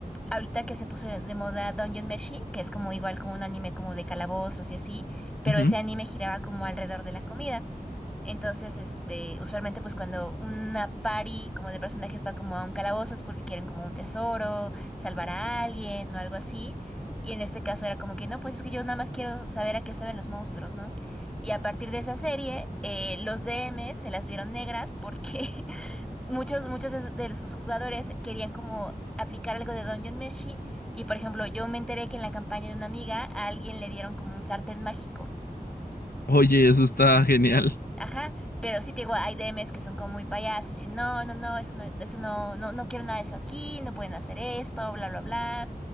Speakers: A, in the centre; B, on the left.
A: Ahorita que se puso de, de moda Dungeon Meshi, que es como igual como un anime como de calabozos y así, pero
B: Ujú.
A: ese anime giraba como alrededor de la comida. Entonces, este, usualmente pues cuando una party como de personajes va como a un calabozo es porque quieren como un tesoro, salvar a alguien o algo así. Y en este caso era como que no, pues es que yo nada más quiero saber a qué se ven los monstruos, ¿no? Y a partir de esa serie, eh, los DMs se las vieron negras porque <laughs> muchos, muchos de de sus jugadores querían como aplicar algo de Dungeon Meshi. Y por ejemplo, yo me enteré que en la campaña de una amiga a alguien le dieron como un sartén mágico.
B: Oye, eso está genial,
A: Ajá, pero sí te digo, hay DMs que son como muy payasos y no, no, no, eso no, eso no, no, no quiero nada de eso aquí, no pueden hacer esto, bla, bla, bla.